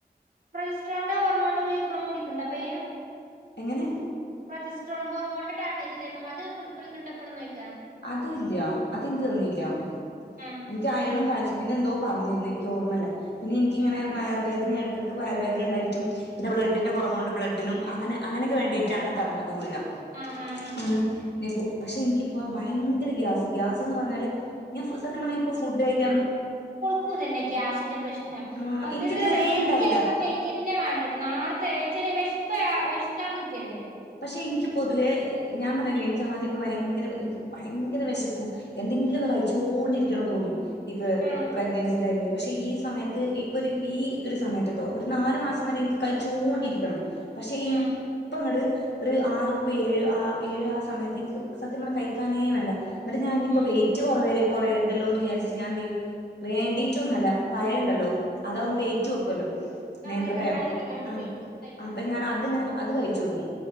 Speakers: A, on the right (about 55°); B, on the left (about 80°).
A: പ്രൊയ്സ്റ്റ്രോണ്ടെ ഹോർമോണ്ടെ ഗുളിയ ഇപ്പോഴും കുടിക്ക്ണ്ട അപ്പയ്
B: എങ്ങനെ
A: പ്രൊജസ്ട്രോൺ ഹോർമോന്റെ ടാബ്ലേറ്റ് തരും അത് കു കുടിക്കണ്ട്പ്പളും നോയ്ക്കാ
B: അത് ല്ല്യ അതെനിക്ക് തന്നില്ല
A: ആഹ്
B: എനിക്ക് അയണും കാൽസോം പിന്നെന്തോ പറഞ്ഞിരുന്നു എനിക്ക് ഓർമ്മല്ല പിന്നെ എനിക്കിങ്ങനെ
A: ഉം
B: വയറുവേദന എടുക്കെടുക്ക് വയറ് വേദനണ്ടായിട്ടും പിന്ന ബ്ലഡിന്റെ കൊറവൊണ്ട് ബ്ലഡിനും അങ്ങനെ അങ്ങനൊക്കെ വേണ്ടീട്ടാണ് തന്നത് ഗുക ആ
A: ആഹ് ആഹ് ആഹ്
B: നിഗു പക്ഷെ എനിക്കിപ്പോ ഭയങ്കര ഗ്യാസ് ഗ്യാസ്ന്ന് പറഞ്ഞാല് ഞാ സത്യം പറഞ്ഞാൽ ഇപ്പോ ഫുഡ് കഴിക്കാം
A: ക്കുതന്നെ ഗ്യാസിന്റെ പ്രശ്നം
B: ആ
A: കുറച്ചന്ത
B: എനിക്കിതുവരേ
A: <unintelligible> ഫുഡ്
B: ഉണ്ടായില്ല
A: കഴിക്കാൻ പിന്നെ വേണ്ടട്ട് നേർത്തെ ഏച്ചാല് വെശ്പ്പ് വെശ്ക്കാൻ നിക്കരുത്
B: പക്ഷെ എനിക്ക് പൊതുവേ ഞാൻ പറല്ലേ എനിക്ക് ആദ്യൊക്കെ ഭയങ്കര എനിക്ക് ഭയങ്കര വെശപ്പ എന്തെങ്കിലുക്ക കയ്ച്ചോണ്ടിരിക്കണന്ന് തോന്നും ഇപ്പൊ
A: ആഹ്
B: പ്രഗ്നൻസി ടൈമില് പക്ഷേ ഈ സമയത്ത് ഇപ്പൊരു ഈ ഒരു സമയത്ത്ട്ടോ ഒരു നാല് മാസം വരെ എനിക്ക് കയ്ച്ചോണ്ടിരിക്കണം പക്ഷെ
A: ആഹ്
B: ഇപ്പങ്ങട് ഒരു ആറ്പ്പേഴ് ആ ഏഴ് ആ സമയത്ത് എനിക്ക് സത്യംപറന കഴിക്കാനേ വേണ്ട ന്നിട്ട് ഞാനിനിയിപ്പ
A: ഉം
B: വെയിറ്റ് കൊറയ കൊറയരുതല്ലോന്ന് വിചാരിച്ചിട്ട് ഞായെന്തെയും വേണ്ടീട്ടൊന്നല്ല പയണ്ടല്ലോ അതാവുമ്പോ വെയിറ്റ് വെക്കല്ലോ
A: ആഹ്
B: നേന്ത്രപ്പയം
A: നേന്ത്രപ്പഴം നല്ലതാണ് കുട്ടികൾക്ക്
B: ആഹ്
A: കഴിക്ക്ണത്
B: ആഹ് അപ്പ ഞാനതിങ്ങനെ അത് കഴിച്ചൊടുക്കും